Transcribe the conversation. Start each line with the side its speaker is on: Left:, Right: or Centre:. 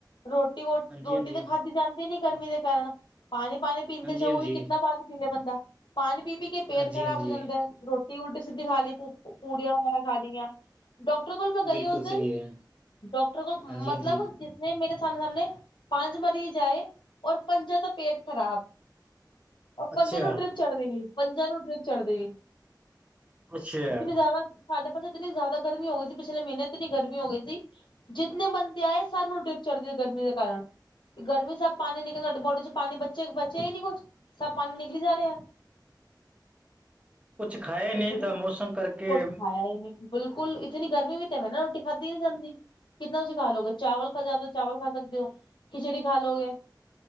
Left: ਰੋਟੀ ਵੋਟੀ
Right: ਹਾਂਜੀ
Left: ਰੋਟੀ
Right: ਹਾਂਜੀ
Left: ਤਾਂ ਖਾਧੀ ਜਾਂਦੀ ਨੀ ਗਰਮੀ ਦੇ ਕਾਰਨ, ਪਾਣੀ ਪਾਣੀ ਪੀਂਦੇ
Right: ਹਾਂਜੀ
Left: ਜਾਓ
Right: ਹਾਂਜੀ
Left: ਵੀ ਕਿੰਨਾ ਪਾਣੀ ਪੀ ਲਏ ਬੰਦਾ। ਪਾਣੀ ਪੀ-ਪੀ ਕੇ ਪੇਟ
Right: ਹਾਂਜੀ
Left: ਖ਼ਰਾਬ
Right: ਹਾਂਜੀ
Left: ਹੋ ਜਾਂਦਾ, ਰੋਟੀ ਉਲਟੀ ਸਿੱਧੀ ਖਾ ਲਈ ਪੂੜੀਆਂ ਵਗੈਰਾ ਖਾ ਲਈਆਂ। ਡਾਕਟਰ ਕੋਲ ਮੈਂ ਗਈ
Right: ਬਿਲਕੁਲ
Left: ਉਸ ਦਿਨ,
Right: ਸਹੀ ਹੈ
Left: ਡਾਕਟਰ ਕੋਲ
Right: ਹਾਂਜੀ
Left: ਮਤਲਬ
Right: ਹਾਂਜੀ
Left: ਜਿਸਨੇ ਮੇਰੇ ਸਾਮ ਸਾਹਮਣੇ ਪੰਜ ਮਰੀਜ਼ ਆਏ, ਔਰ ਪੰਜਾਂ ਦਾ ਪੇਟ ਖਰਾਬ। ਉਹ
Right: ਅੱਛਾ
Left: ਪੰਜਾਂ ਨੂੰ ਡਰਿੱਪ ਚੜ੍ਹਦੇ ਵੀ, ਪੰਜਾਂ ਨੂੰ ਡਰਿੱਪ ਚੜਦੇ ਵੀ।
Right: ਅੱਛਾ
Left: ਇੱਕ ਨੂੰ ਜਾਵਾਂ <unintelligible> ਸ ਇਤਨੀ ਜ਼ਿਆਦਾ ਗਰਮੀ ਹੋ ਗਈ ਸੀ, ਪਿਛਲੇ ਮਹੀਨੇ ਇਤਨੀ ਗਰਮੀ ਹੋ ਗਈ ਸੀ, ਜਿਤਨੇ ਬੰਦੇ ਆਏ ਸਭ ਨੂੰ ਡਰਿੱਪ ਚੜ੍ਹ ਗਈ। ਗਰਮੀ ਦੇ ਕਾਰਨ। ਗਰਮੀ 'ਚ ਸਭ ਪਾਣੀ ਨਿਕਲ ਰਿਹਾ, ਬੋਡੀ 'ਚ ਪਾਣੀ ਬੱਚੇ ਬਚਿਆ ਹੀ ਨੀ ਕੁੱਝ, ਸਭ ਪਾਣੀ ਨਿਕਲੀ ਜਾ ਰਿਹਾ।
Right: ਕੁਛ ਖਾਏ ਨਹੀਂ
Left: ਇਤਨੀ
Right: ਤਾਂ ਮੌਸਮ ਕਰਕੇ।
Left: ਕੁਛ ਖਾਇਆ ਹੀ ਨਹੀਂ ਬਿਲਕੁਲ ਇਤਨੀ ਗਰਮੀ ਵੀ ਤਾਂ ਹੈ ਨਾ, ਰੋਟੀ ਖਾਧੀ ਨੀ ਜਾਂਦੀ, ਕਿਤਨਾ ਤੁਸੀਂ ਖਾ ਲੋਗੇ ਚਾਵਲ ਖਾ ਜਾਉਗੇ ਚਾਵਲ। ਖਾ ਸਕਦੇ ਹੋ, ਖਿਚੜੀ ਖਾ ਲੋੋਗੇ,